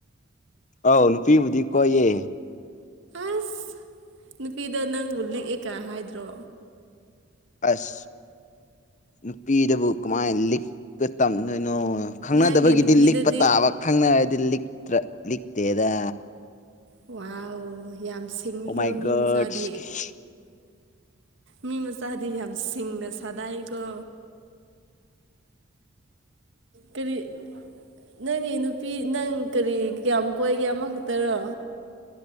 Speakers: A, on the left (about 35°); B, on the right (about 60°).
A: ꯑꯥꯎ ꯅꯨꯄꯤꯕꯨꯗꯤ ꯀꯣꯏꯌꯦ
B: ꯑꯁ ꯅꯨꯄꯤꯗ ꯅꯪꯕꯨ ꯂꯤꯛꯑꯦ ꯀ ꯍꯥꯏꯗ꯭ꯔꯣ
A: ꯑꯁ ꯅꯨꯄꯤꯗꯕꯨ ꯀꯃꯥꯏꯅ ꯂꯤꯛꯄ ꯇꯝꯗꯣꯏꯅꯣ ꯈꯪꯅꯗꯕꯒꯤꯗꯤ
B: ꯅꯪꯒꯤ ꯅꯨꯄꯤꯗꯗꯤ
A: ꯂꯤꯛꯄ ꯇꯥꯕ ꯈꯪꯅꯔꯗꯤ ꯂꯤꯛꯇ꯭ꯔ ꯂꯤꯛꯇꯦꯗ
B: ꯋꯥ ꯌꯥꯝ ꯁꯤꯡꯉꯤꯀꯣ
A: ꯑꯣ ꯃꯥꯏ ꯔꯠꯁ
B: ꯃꯤ ꯃꯆꯥꯗꯤ ꯃꯤ ꯃꯆꯥꯗꯤ ꯌꯥꯝ ꯁꯤꯡꯅ ꯁꯗꯥꯏꯀꯣ ꯀꯔꯤ ꯅꯪꯒꯤ ꯅꯨꯄꯤ ꯅꯪ ꯀꯔꯤ ꯀꯌꯥꯝ ꯀꯣꯏꯒꯦ ꯑꯃꯈꯛꯇꯔꯣ